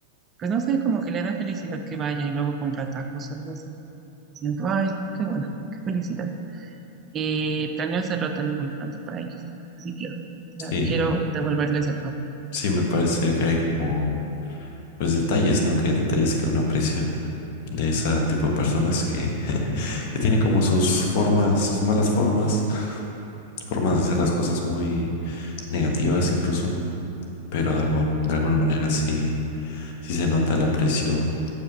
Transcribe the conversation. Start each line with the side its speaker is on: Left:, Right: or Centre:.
Right: pues no sé, como que le da felicidad que vaya y luego compra tacos o algo así. Y siento, ay, qué bueno, qué felicidad. Y planeo hacerlo también muy pronto para ellos, porque sí quiero. O sea,
Left: Sí,
Right: quiero devolverles el favor.
Left: sí, me parece que hay como, pues detalles, ¿no? Que detalles que uno aprecia de ese tipo de personas que, <laughs> que tienen como sus formas, sus malas formas, formas de hacer las cosas muy negativas incluso, pero de, algo- de alguna manera sí. sí se nota el aprecio